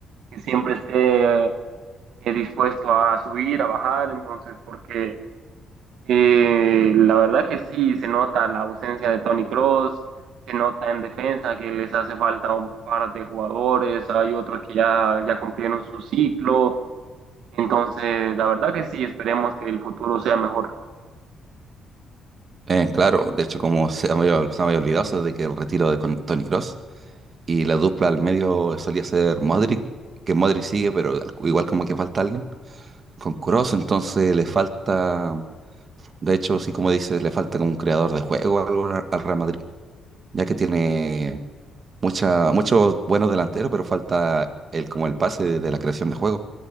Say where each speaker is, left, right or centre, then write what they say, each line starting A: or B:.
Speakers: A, on the right; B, on the right.
A: que siempre esté eh, dispuesto a subir, a bajar, entonces porque eh, la verdad que sí, se nota la ausencia de Tony Cross, se nota en defensa que les hace falta un par de jugadores, hay otros que ya, ya cumplieron su ciclo, entonces la verdad que sí, esperemos que el futuro sea mejor.
B: Eh, claro, de hecho como se me había, se me había olvidado, eso de que el retiro de Tony Cross y la dupla al medio solía ser Modric, que Modric sigue, pero al- igual como que falta alguien. Con Cross entonces le falta... De hecho, sí, como dices, le falta como un creador de juego o algo al al Real Madrid, ya que tiene mucha, muchos buenos delanteros, pero falta el, como el pase de, de la creación de juego.